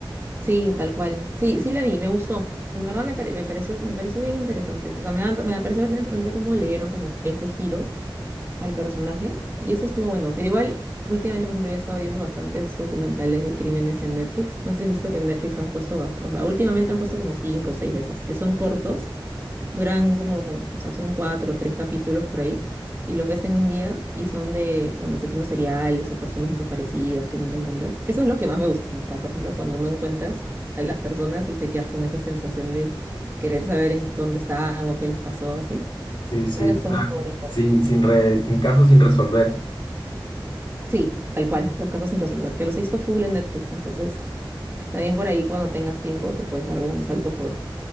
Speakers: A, on the right; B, on the left.
A: sí, tal cual. Sí, sí la vi, me gustó. En verdad me, pare- me pareció, me pareció bien interesante. O sea, me, da- me pareció interesante cómo le dieron como que ese giro al personaje. Y eso estuvo bueno. Pero igual, últimamente, por ejemplo, yo he estado viendo bastantes documentales de crímenes en Netflix. No sé si has visto que en Netflix han puesto bastante. O sea, últimamente han puesto como cinco o seis de esos, que son cortos Duran como, o sea, son cuatro o tres capítulos por ahí, y los ves en un día y son de, bueno, asesinos seriales o personas desaparecidas que nunca encuentras. Eso es lo que más me gusta, ¿no? O sea, por ejemplo, cuando no encuentras a las personas y te quedas con esa sensación de querer saber en dónde están o qué les pasó, así.
B: Sí, sí,
A: Creo que son
B: o sea,
A: mis favoritas.
B: sin, sin re- un caso sin resolver.
A: Sí, tal cual, los casos sin resolver, que los he visto full en Netflix, entonces también por ahí cuando tengas tiempo te puedes dar un salto por